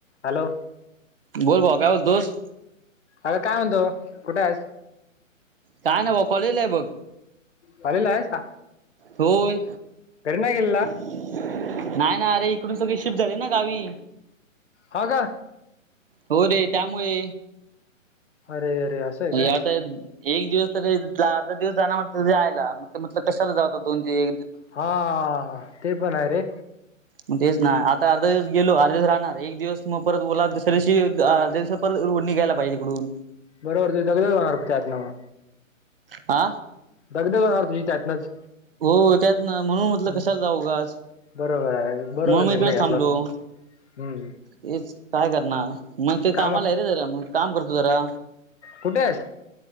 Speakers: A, on the left (about 55°); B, on the right (about 45°).
A: Hello
B: बोल ब काय बोलतोस?
A: अगं काय म्हणतोस कुठं आहे?
B: काय नाही कॉलेजला आहे बघ
A: कॉलेजला आहेस का
B: होय
A: घरी नाही गेलेला?
B: नाही ना अरे इकडून सगळे शिफ्ट झाले ना गावी.
A: हो का?
B: हो रे त्यामुळे
A: अरे अरे असं आहे का?
B: आता एक दिवस तरी अर्धा दिवस जाणार म्हंटलं यायला म्हटलं कशाला जावत दोनजे
A: हा ते पण आहे रे.
B: मग तेच नाही आता अर्धा किलो दिवस गेलो अर्धा दिवस राहणार एक दिवस मग परत ओला दुसऱ दिवशी अध्या दिवशी परत निघायला पाहिजे तिकडून
A: बरोबर तू दग होणार त्यात नाव
B: आ
A: दगदग हार तुझी त्यातनंच.
B: हो त्यात ना म्हणून म्हटलं
A: हम्म,
B: कशाला जाऊ उगाच.
A: बरोबर आहे बरोबर
B: म्हणून मग
A: निर्णय
B: इकडेच
A: घेतलाच
B: थांबलो
A: म हम्म.
B: तेच काय करणार मग ते
A: काम
B: कामाला आहे रे जरा मग काम करतो जरा.
A: कुठे आहेत